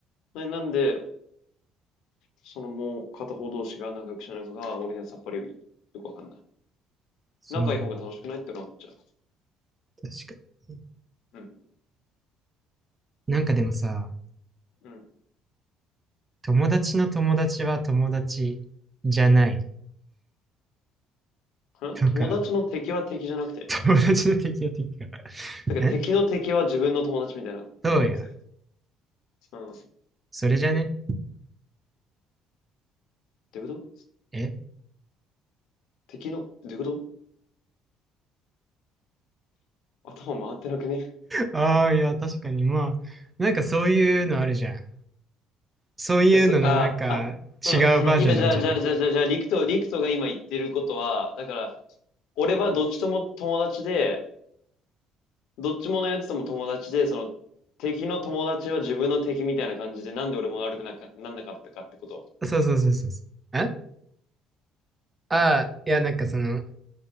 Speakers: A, on the left (about 60°); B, on the right (about 20°).
A: な、なんで、そのもう片方同士が仲良くしてないのかが、俺にはさっぱりよくわかんない。
B: そうなんだ。
A: 仲いい方が楽しくないって俺は思っちゃう。
B: 確かに。
A: うん。
B: なんかでもさ、
A: うん。
B: 友達の友達は友達じゃない
A: ん友達の敵は敵じゃなくて。
B: とか、友達の敵は敵か。
A: だから敵の敵は自分の友達みたいな感じじゃなくて。
B: えそうや。
A: うん。っ
B: それじゃね
A: てこと
B: え
A: 敵の、どういうこと頭回ってなくね
B: ああー、いや、確かに。まあ、なんかそういうのあるじゃん。そういうののなんか違うバージョンなんじゃない
A: え、そ、あ、あ、その、その、今、じゃあ、じゃあ、じゃあ、じゃあ、じゃあ、リクトリクトが今言ってることは、だから、俺はどっちとも友達で、どっちものやつとも友達で、その、敵の友達は自分の敵みたいな感じで、なんで俺も悪くなか、なんなかったかってこと。
B: そうそうそうそうそう。えああー、いや、なんかその、